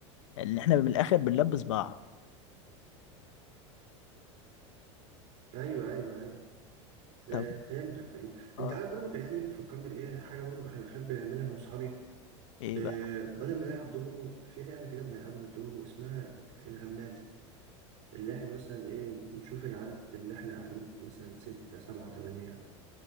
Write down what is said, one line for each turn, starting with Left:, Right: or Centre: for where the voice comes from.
Left: ان احنا من الاخر بنلبس بعض
Right: ايوه ايوه ايوه آه
Left: طب
Right: فهمتك فهمت
Left: اه
Right: انت عارف برضو اللعبه دي بتفكرني بايه حاجه برضو احنا بنحب نعملها انا واصحابي
Left: ايه
Right: آه
Left: بقى
Right: بدل ما نلعب دومينو في لعبه كده بنلعبها بالدومينو اسمها الغمازه اللي احنا مثلا ايه نشوف العدد اللي احنا قاعدين مثلا ستة سبعة تمانية